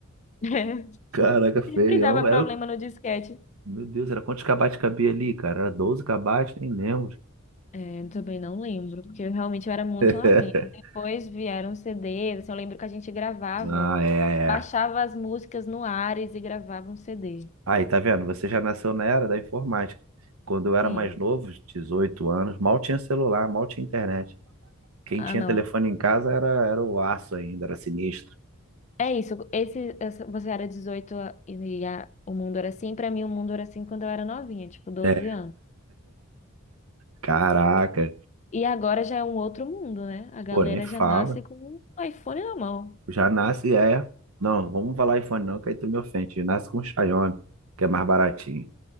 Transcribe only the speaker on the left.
<laughs>
Sempre dava problema
no disquete.
É, eu também não lembro, porque eu realmente era muito
novinha. E depois vieram CDs, assim, eu lembro que a gente gravava,
baixava
as músicas no Ares e gravava um CD.
Sim.
Ah,
não.
É isso. Esse, essa- você era 18 a- e a- o mundo era assim. Pra mim, o mundo era assim quando eu era novinha, tipo 12
anos.
E agora já é um outro mundo, né? A galera
já nasce com um iPhone na mão.